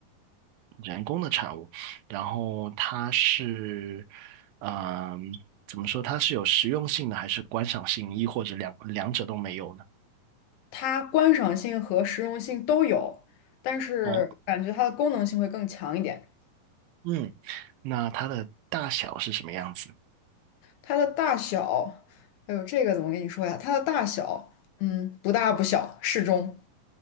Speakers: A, on the right; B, on the left.
A: 人工的产物，然后它是，嗯、怎么说？它是有实用性的，还是观赏性，亦或者两两者都没有呢？
B: 它观赏性和实用性都有，但是感觉它的功能性会更强一点。
A: 哦。嗯，那它的大小是什么样子？
B: 它的大小，哎呦，这个怎么跟你说呀？它的大小，嗯，不大不小，适中。